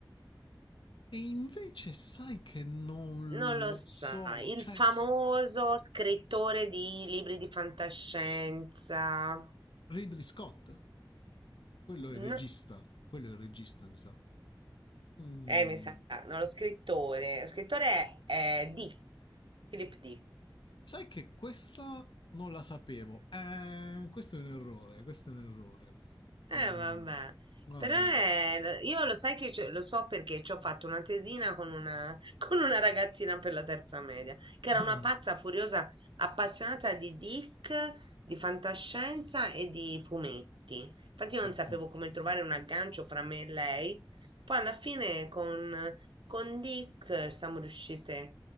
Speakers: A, on the left; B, on the right.
A: E invece sai che non
B: Non lo
A: lo
B: sai,
A: so,
B: il
A: cioè
B: famoso
A: s-
B: scrittore di libri di fantascienza.
A: Ridley Scott? Quello
B: No,
A: è il regista, quello è il regista, mi sa. Mm.
B: eh, mi sa, no, lo scrittore. Lo scrittore è, è Dick, Philip Dick.
A: Sai che questa non la sapevo. Eh, questo è un errore, questo è un errore.
B: Eh,
A: Non,
B: vabbè,
A: vabbè.
B: però è-
A: <laughs>
B: lo- io lo sai che ce- lo so perché ci ho fatto una tesina con una, <laughs> con una ragazzina per la terza media, che
A: Ah,
B: era una pazza furiosa, appassionata di Dick, di fantascienza e di fumetti. Infatti io
A: ok.
B: non sapevo come trovare un aggancio fra me e lei. Poi alla fine con, con Dick eh, siamo riuscite a